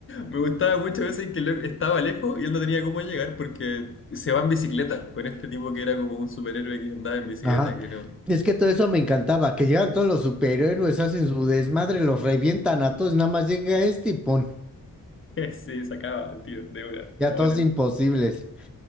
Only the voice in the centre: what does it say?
Ajá.
Es que todo eso me encantaba, que llegan todos los superhéroes, hacen su desmadre, los revientan a todos, nada más llega este y pon,
ya
todos imposibles.